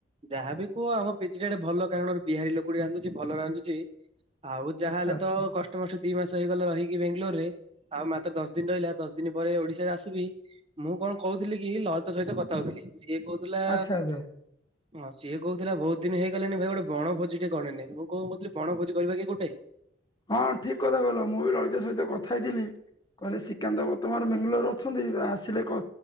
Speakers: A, on the right; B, on the left.
A: ଯାହାବି କୁହ ଆମ ପିଜିଟା ଗେ ଭଲ କାରଣ ରୋ ବିହାରୀ ଲୋକ ଟି ରାନ୍ଧୁଚି ଭଲ ରାନ୍ଧୁଚି। ଆଉ ଯାହାହଲେ
B: ଆଚ୍ଛା ଆଚ୍ଛା
A: ତ କଷ୍ଟ ଆଠ ବର୍ଷ ଦି ମାସ ହେଇଗଲା ହେଇକି ବେଙ୍ଗଲୋରରେ ଆଉ ମାତ୍ର ଦଶ ଦିନ ରହିଲା ଦଶ ଦିନ ପରେ ଓଡିଶା ଆସିବି। ମୁଁ କଣ କହୁଥିଲି କି ଲଳିତ ସହିତ କଥା ହଉଥିଲି ସିଏ କହୁଥିଲା
B: ଆଚ୍ଛା ଆଚ୍ଛା
A: ହଁ ସିଏ କହୁଥିଲା ବହୁତ ଦିନ ହେଇଗଲାଣିି ଭାଇ ଗୋଟେ ବଣ ଭୋଜି ଟେ କରିନେ ମୁଁ କଣ କହୁଥିଲି ବଣ ଭୋଜି କରିବା କି ଏଇ
B: ହଁ ଠିକ୍ କଥା କହିଲ ମୁଁ ବି ଲଳିତ ସହିତ କଥା ହେଇଥିଲି କହିଲେ ଶ୍ରୀକାନ୍ତ ବର୍ତ୍ତମାନ ଆର ବେଙ୍ଗାଲୋର ଅଛନ୍ତି ଆସିଲେ କ